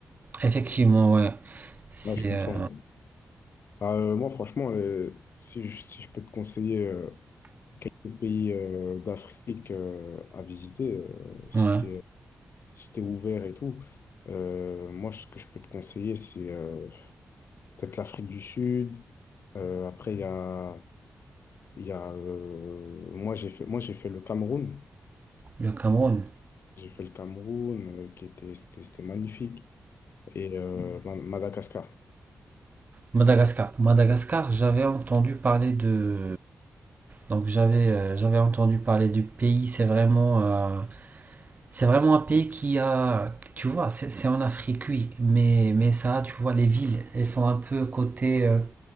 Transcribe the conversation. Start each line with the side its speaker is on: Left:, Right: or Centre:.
Right: Effectivement, ouais. C'est
Left: Là, je comprends.
Right: euh,
Left: Bah, euh, moi, franchement, les- si je, si je peux te conseiller euh, quelques pays euh, d'Afrique euh, à visiter, euh, si
Right: ouais.
Left: t'es, si t'es ouvert et tout. Euh, moi, ce que je peux te conseiller, c'est euh, peut-être l'Afrique du Sud. Euh, après, il y a, il y a euh, moi, j'ai fait, moi, j'ai fait le Cameroun.
Right: le Cameroun.
Left: J'ai fait le Cameroun, euh, qui était, c'était, c'était magnifique. et euh, Ma- Madagascar.
Right: Madagascar. Madagascar, j'avais entendu parler de... Donc j'avais euh, j'avais entendu parler du pays, c'est vraiment... euh, C'est vraiment un pays qui a, tu vois, c'est c'est en Afrique, oui, mais, mais ça, tu vois, les villes, elles sont un peu côté, euh,